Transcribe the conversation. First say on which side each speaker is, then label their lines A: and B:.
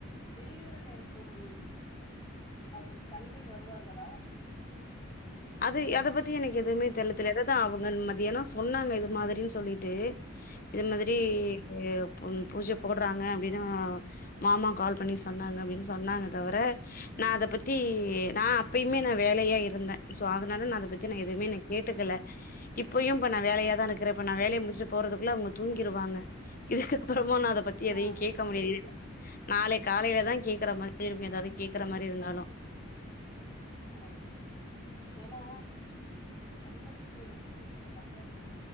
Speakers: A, on the left (about 20°); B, on the left (about 45°).
A: வெளியூரில் இருக்கும் அவரது தங்கை வருவார்களா
B: அது அத பத்தி எனக்கு எதுவுமே தெர்ல தோழி அதாவ்து அவுங்க மதியானோ சொன்னாங்க இது மாதுரின் சொல்லிட்டு இது மாதுரி
A: ம்
B: ஏ புன் பூஜ போட்றாங்க அப்டின்னு மாமா கால் பண்ணி சொன்னாங்க அப்டின் சொன்னாங்க தவர நா அத பத்தி நா அப்பயுமே நா வேலையா இருந்த சோ அதுனால நா அத பத்தி நா எதுவுமே நா கேட்டுக்கல இப்பயு இப்ப நா வேலையா தா இருக்குற இப்ப நா வேலைய முடிச்சட்டு போறதுக்குள்ள அவுங்க தூங்கிருவாங்க இதுக்ககு அப்புறமு நா அத பத்தி
A: ஆனா
B: எதயு கேக்க முடியாது நாளை காலைலதா கேக்குற மாதுரி இருக்கு எதாவ்து கேக்குற மாரி இருந்தாலு
A: ஓ ஏன்னா குடும்பத்தில் வந்து ஒரு நல்ல வ